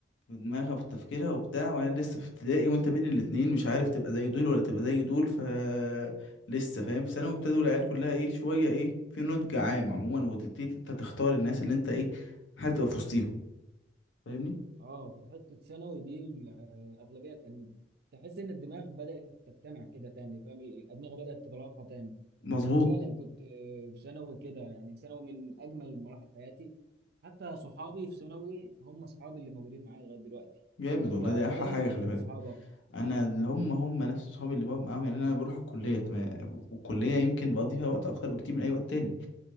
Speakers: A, on the left (about 75°); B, on the right (about 55°).
A: في دماغها في تفكيرها وبتاع وعيال لسه في ابتدائي وانت بين الاتنين مش عارف تبقى زي دول ولا تبقى زي دول ف لسه فاهم في ثانوي ابتدوا العيال كلها ايه شويه ايه في نضج عام عموما وتبتدي انت تختار الناس اللي انت ايه حابب تبقى في وسطيهم فاهمني
B: اه في حته ثانوي دي ال- الاغلبيه كان تحس ان الدماغ بدات تجتمع كده تاني فاهم الادمغه بدات تتلاقى تاني
A: مظبوط
B: انا فعلا كنت آه، في ثانوي كده يعني ثانوي من اجمل مراحل حياتي حتى صحابي في ثانوي هم اصحابي اللي موجودين معايا لغايه دلوقتي
A: جامد
B: انت
A: والله
B: ايه
A: ده احلى حاجه
B: الدنيا
A: خلي بالك
B: في اصحابك
A: انا اللي هم هم نفس صحابي اللي بقعد معاهم يعني انا بروح الكليه تمام والكليه يمكن بقضي فيها وقت اكتر بكتير من اي وقت تاني